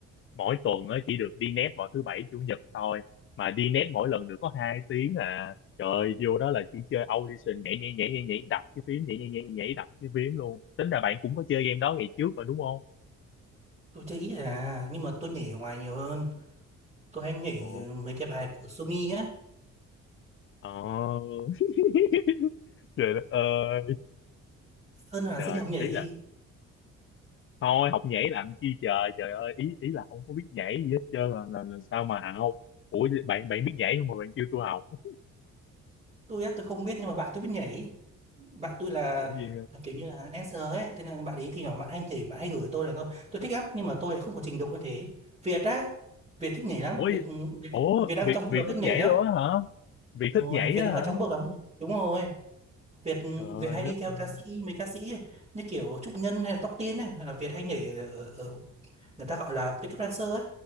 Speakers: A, on the left; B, on the right.
A: mỗi tuần á chỉ được đi net vào thứ bảy chủ nhật thôi mà đi net mỗi lần được có hai tiếng à. Trời ơi, vô đó là chỉ chơi audition nhảy nhảy nhảy nhảy nhảy đập cái phím nhảy nhảy nhảy nhảy đập cái phím luôn. Tính ra bạn cũng có chơi game đó ngày trước mà đúng không?
B: tôi chơi ít à nhưng mà tôi nhảy ở ngoài nhiều hơn tôi hay nhảy
A: Ồ.
B: mấy cái bài của Sumi á
A: Ồ. <laughs> Trời đất ơi.
B: Sơn là
A: Trời,
B: Sơn đi học nhảy
A: ý là thôi học nhảy làm chi trời trời ơi ý ý là không có biết nhảy gì hết trơn là, là, là sao mà học ủa bạn bạn biết nhảy không mà bạn kêu tôi học <laughs>
B: tôi á tôi không biết nhưng mà bạn tôi biết nhảy bạn tôi là
A: ủa gì
B: là kiểu như là dancer ấy thế là bạn ấy thì nhỏ bạn hay nhảy bạn hay gửi tôi là tôi tôi thích lắm nhưng mà tôi lại không có trình độ như thế Việt á Việt thích nhảy lắm
A: ủa
B: Việt
A: gì-
B: Việt,
A: ủa
B: Việt đang
A: việc
B: trong vụ
A: việc
B: đấm
A: thích
B: bước nhảy
A: nhảy
B: á
A: luôn á hả việc
B: Đúng
A: thích nhảy
B: rồi Việt
A: á
B: đang
A: hả
B: ở trong bước đấm đúng rồi Việt
A: trời
B: Việt hay
A: đất
B: đi theo
A: ơi
B: ca sĩ mấy ca sĩ ấy, như kiểu Trúc Nhân hay là Tóc Tiên ấy là Việt hay nhảy ở, ở, ở người ta gọi là pick up dancer ấy